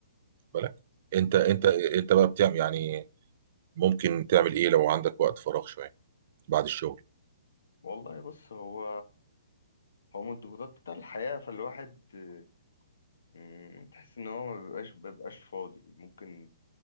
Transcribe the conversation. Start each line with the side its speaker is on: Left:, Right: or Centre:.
Right: واخد بالك انت انت
Left: مم.
Right: انت بقى بتعمل يعني ممكن تعمل ايه لو عندك وقت فراغ شويه بعد الشغل
Left: والله بص هو هو من الضغوطات بتاع الحياة فالواحد آه، مم، تحس ان هو ما بيبقاش بيبقاش فاضي ممكن